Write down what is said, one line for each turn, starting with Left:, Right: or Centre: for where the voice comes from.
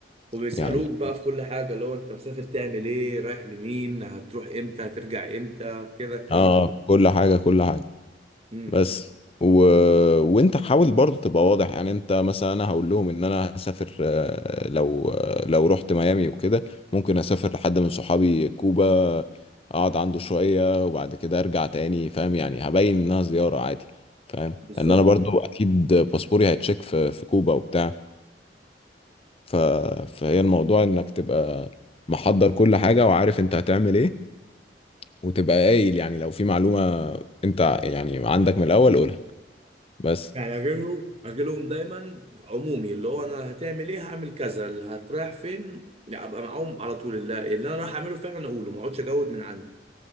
Right: وبيسالوك
Left: يعني
Right: بقى في كل حاجه اللي هو انت مسافر تعمل ايه؟ رايح لمين؟ هتروح امتى؟ هترجع امتى؟ كده الكلام
Left: اه
Right: ده
Left: كل حاجة كل حاجة
Right: امم
Left: بس و... وانت حاول برضه تبقى واضح يعني انت مثلا انا هقول لهم ان انا هسافر آه، لو آه، لو رحت ميامي وكده ممكن اسافر لحد من صحابي كوبا اقعد عنده شوية وبعد كده ارجع تاني فاهم يعني هبين انها زيارة عادي فاهم
Right: بالظبط
Left: لان انا برضه اكيد باسبوري هيتشيك في في كوبا وبتاع ف... فهي الموضوع انك تبقى محضر كل حاجة وعارف انت هتعمل ايه وتبقى قايل يعني لو في معلومة انت يعني عندك من الاول قولها بس
Right: يعني اجيلهم اجيلهم دايما عمومي اللي هو انا هتعمل ايه هعمل كذا اللي هتريح فين يعني ابقى معاهم على طول اللي, اللي انا رايح اعمله فعلا اقوله ما اقعدش اجود من عندي